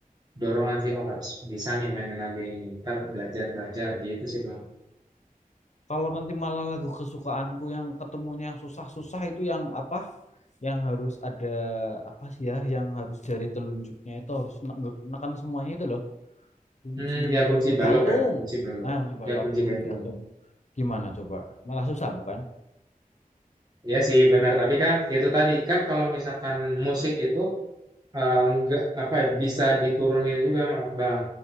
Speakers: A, on the right; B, on the left.
A: dorongan sih, oh harus bisa nih mainin lagu ini. Ntar belajar-belajar gitu sih bang.
B: Kalau nanti malah lagu kesukaanku yang ketemunya yang susah-susah itu yang apa? yang harus ada apa sih ya yang harus jari telunjuknya itu harus ne- nge- neken semuanya itu loh Kunci
A: Hmm, ya kunci balok
B: gantung.
A: ya, kunci balok.
B: Ah, kunci balok
A: Ya kunci
B: ya
A: gantung.
B: kunci gantung. Gimana coba? Malah susah bukan?
A: Ya sih benar, tapi kan itu tadi kan kalau misalkan musik itu Eh, enggak apa ya, bisa diturunin juga Ma- bang